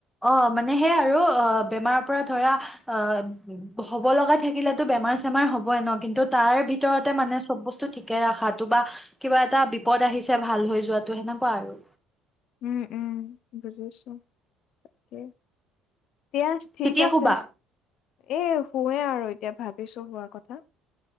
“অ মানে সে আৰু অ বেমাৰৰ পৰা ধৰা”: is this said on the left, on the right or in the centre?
Centre